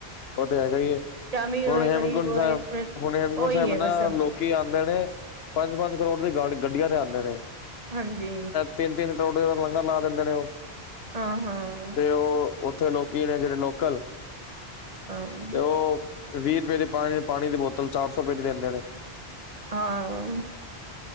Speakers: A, on the left; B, on the right.
A: ਉਹ ਤੇ ਹੈਗਾ ਈ ਏ,
B: ਚਾਹੇ ਅਮੀਰ
A: ਹੁਣ
B: ਹੋਏ
A: ਹੇਮਕੁੰਟ
B: ਗਰੀਬ ਹੋਏ
A: ਸਾਹਿਬ, ਹੁਣ ਹੇਮਕੁੰਟ
B: ਉਹੀ
A: ਸਾਹਿਬ
B: ਹੈ
A: ਨਾ
B: ਬਸ
A: ਲੋਕ ਲੋਕੀ ਆਂਦੇ ਨੇ, ਪੰਜ-ਪੰਜ ਕਰੋੜ ਦੀ ਗੱਡੀਆਂ ਤੇ ਆਂਦੇ ਨੇ।
B: ਹਾਂਜੀ।
A: ਤਿੰਨ-ਤਿੰਨ ਕਰੋੜ ਦੇ ਤਾਂ ਲੰਗਰ ਲਾ ਦਿੰਦੇ ਨੇ ਉਹ।
B: ਹਾਂ-ਹਾਂ।
A: ਤੇ ਉਹ, ਉੱਥੇ ਲੋਕੀ ਨੇ ਜਿਹੜੇ ਲੋਕਲ
B: ਹਾਂ।
A: ਤੇ ਉਹ, ਵੀਹ ਰੁਪਏ ਦੀ ਪਾਣੀ ਪਾਣੀ ਦੀ ਬੋਤਲ ਚਾਰ ਸੌ ਰੁਪਏ ਦੀ ਦਿੰਦੇ ਨੇ।
B: ਹਾਂ।